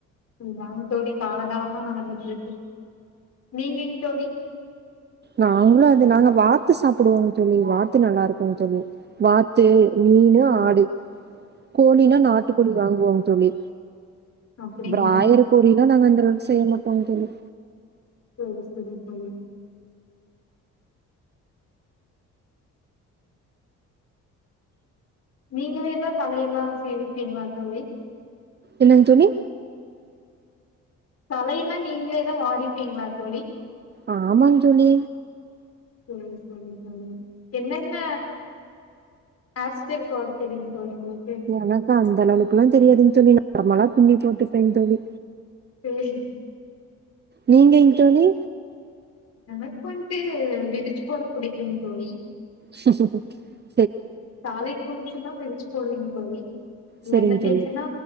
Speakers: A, on the left; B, on the right.
A: இதாங் தோழி காலங்காலமா நடந்துட்டு இருக்கு நீங்கங் தோழி
B: நாங்ளு அது நாங்க வார் து சாப்டுவோ தோழி வார்த் து நல்லா இருக்குங் தோழி வார் தே மீனு ஆடு கோழினா நாட்டுக்கோழி வாங்குவோங் தோழி
A: அப்டிங்களா
B: பிராய்லர்
A: சரி
B: கோழி எல்லா நாங்க அந்தளவுக்கு செய் மாட் ஆமாங் தோழி
A: <unintelligible> நீங்களாவே தலையெல்லா சீவிப்பீங்களா தோழி
B: என்னங் தோழி
A: தல இல்லா நீங்ளேத் வாரிப்பீங்களா தோழி
B: ஆமாங் ஜுலீ
A: சரி சரி சரி தோழி என்னென்ன ஹேர் ஸ்டைல் போட தெரியும்ங்க தோழி உங்குளுக்
B: எனக்கு அந்த அளளவுக்குலாம் தெரியாதுங் தோழி நார்மலா பிண்ணி போட்டு பேந்தோழி
A: செரிங்
B: நீங்கங் தோழி
A: இப்பன்ட்டு விரிச் போட புடிக்குங் தோழி
B: ச ச ச
A: தலைக் குளிசெனா வெந் புர்லிங் தோழி
B: செரிங்
A: என்ன தேய்ச்சனா
B: தோழி